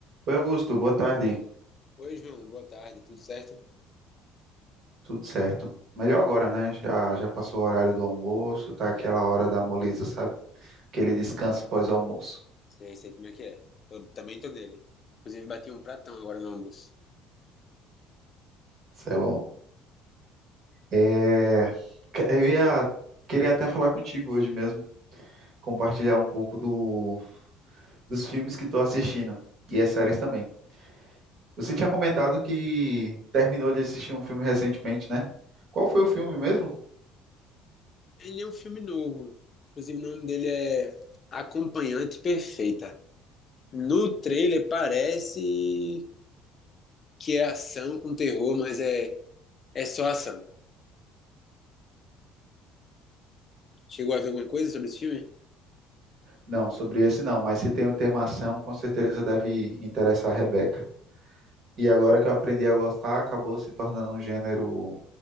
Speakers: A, on the right (about 55°); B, on the left (about 40°).
A: Oi, Augusto, boa tarde.
B: Oi, João, boa tarde, tudo certo?
A: Tudo certo? Melhor agora, né? Já, já passou o horário do almoço, tá aquela hora da moleza, sabe? Aquele descanso pós-almoço.
B: Sei, sei como é que é. Tô- também tô nele. Inclusive, bati um pratão agora no almoço.
A: Isso é bom. É, que- eu ia queria até falar contigo hoje mesmo, compartilhar um pouco do, dos filmes que estou assistindo e as séries também. Você tinha comentado que terminou de assistir um filme recentemente, né? Qual foi o filme mesmo?
B: Ele é um filme novo. Inclusive, o nome dele é Acompanhante Perfeita. No trailer parece que é ação com terror, mas é, é só ação. Chegou a ver alguma coisa sobre esse filme?
A: Não, sobre esse não, mas se tem o tema ação, com certeza deve interessar a Rebeca. E agora que eu aprendi a gostar, acabou se tornando um gênero